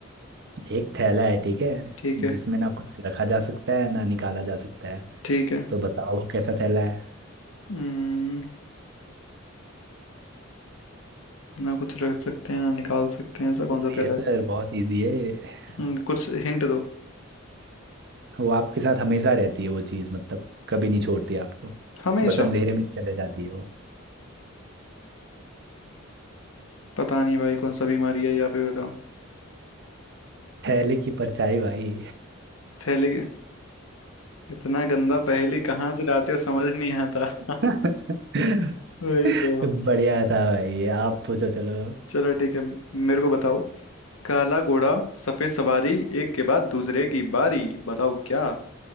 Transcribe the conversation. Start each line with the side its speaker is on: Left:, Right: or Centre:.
Right: एक थैला है ठीक है
Left: ठीक है
Right: जिसमें ना कुछ रखा जा सकता है ना निकाला जा सकता है
Left: ठीक है
Right: तो बताओ वो कैसा थैला है
Left: हम्म, ना कुछ रख सकते हैं ना निकाल सकते हैं ऐसा
Right: इजी
Left: कौन सा थैला
Right: है
Left: है
Right: सर बहुत इजी है
Left: हम्म, कुछ हिंट दो
Right: वो आपके साथ हमेशा रहती है वो चीज़ मतलब कभी नहीं छोड़ती आपको
Left: हमेशा
Right: बस अंधेरे में चले जाती है वो
Left: पता नहीं भाई कौन सा बीमारी है यहाँ पे बताओ
Right: थैले की परछाई भाई
Left: थैले की- इतना गंदा पहेली कहाँ से लाते हो समझ नहीं आता <laughs>
Right: <laughs>
Left: वही तो
Right: बढ़िया था भाई आप पूछो चलो
Left: चलो ठीक है मेरे को बताओ काला घोड़ा सफेद सवारी एक के बाद दूसरे की बारी बताओ क्या